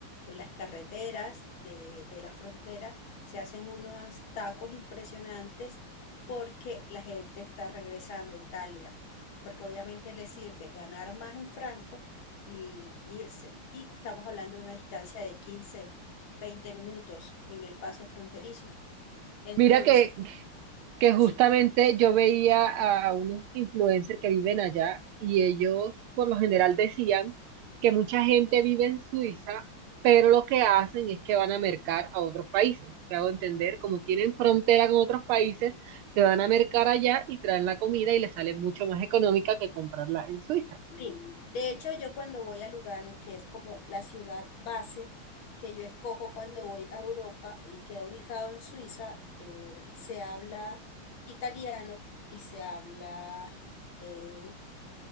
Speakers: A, on the left; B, on the right.
A: en las carreteras de, de la frontera se hacen unos tacos impresionantes porque la gente está regresando a Italia, porque obviamente les sirve ganar más en franco y irse. Y estamos hablando de una distancia de quince veinte minutos en el paso fronterizo. Entonces,
B: Mira que que justamente
A: sí.
B: yo veía a unos influencers que viven allá y ellos por lo general decían que mucha gente vive en Suiza, pero lo que hacen es que van a mercar a otros países. Te hago entender, como tienen frontera con otros países, se van a mercar allá y traen la comida y les sale mucho más económica que comprarla en Suiza.
A: Sí, de hecho yo cuando voy a Lugano, que es como la ciudad base que yo escojo cuando voy a Europa y queda ubicado en Suiza, eh, se habla italiano y se habla eh,